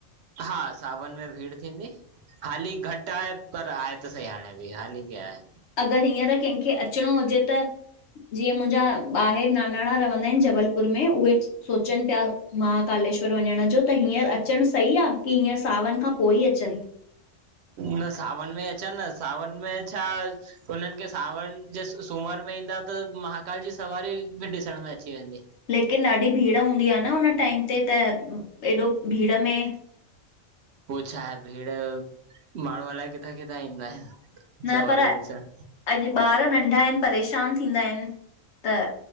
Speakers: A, on the right; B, on the left.
A: हा, सावन में भीड़ थींदी। हाली घट आहे पर, आहे त सही हाणे बि हाली बि आहे।
B: अगर हींअर कंहिंखे अचिणो हुजे त? जीअं मुंजा ॿाहिरि नानाणा रहंदा आहिनि जबलपुर में उहे सोचनि पिया माहाकालेश्वर वञण जो त हींअर अचण सही आ की हींअर सावन खां पो ही अचनि?
A: न सावन में अचनि न, सावन में छा हुननि खे सावण जे सूमर में ईंदा त महाकाल जी सवारी बि ॾिसण में अची वेंदी।
B: लेकिन ॾाढी भीड़ हूंदी आ न हुन टाइम ते, त एॾो भीड़ में?
A: पो छाहे, भीड़ माण्हू अलाए किथां-किथां ईंदा आहिनि।
B: न
A: सवारी
B: पर अॼु
A: ॾिसण
B: ॿार नंढा आहिनि परेशान थींदा आहिनि त